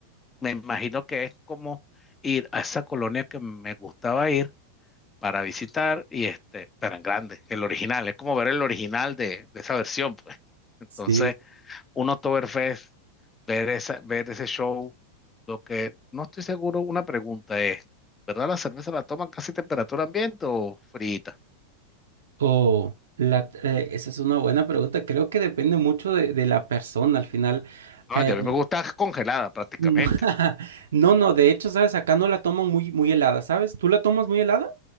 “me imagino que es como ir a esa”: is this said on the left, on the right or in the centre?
Left